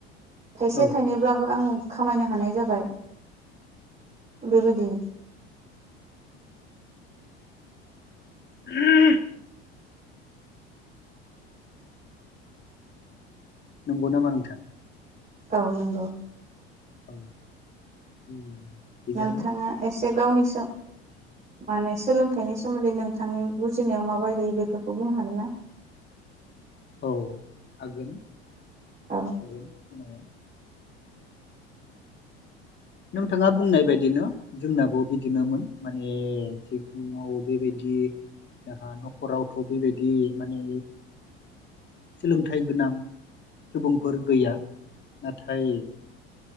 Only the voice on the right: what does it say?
थाइसे
थाइनैब्लाबो आङो खामायनो हानाय जाबाय बेबायदि।
औ नंगौ।
नोंथाङा एसे गावनिसो माने सोलोंथाइनि सोमोन्दै नोंथांनि बुजिनायाव माबायदि बेफोरखौ बुंनो हागोना?
आब'?